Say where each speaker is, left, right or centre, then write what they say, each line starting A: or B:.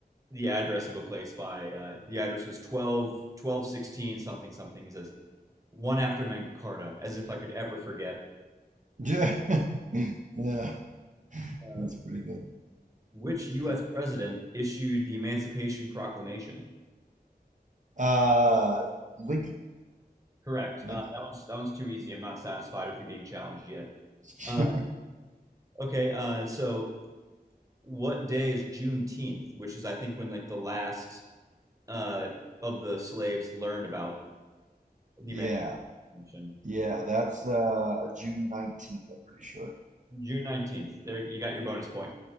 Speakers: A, on the right; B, on the right.
A: the address of a place by uh, the address was 12, 1216 something something. He says one after manga carta, as if I could ever forget.
B: <laughs> Yeah, yeah,
A: Uh,
B: that's pretty good.
A: which
B: That's
A: U.S.
B: pretty
A: president
B: good.
A: issued the Emancipation Proclamation?
B: Uh, Lincoln,
A: Correct.
B: Lincoln.
A: Uh, that one's that one's too easy. I'm not satisfied with you being challenged yet.
B: <laughs>
A: Uh, okay. Uh, so what day is Juneteenth, which is I think when like the last uh, of the slaves learned about the
B: Yeah,
A: Emancipation.
B: yeah, that's uh June 19th, I'm pretty sure.
A: June 19th. There, you got your bonus point.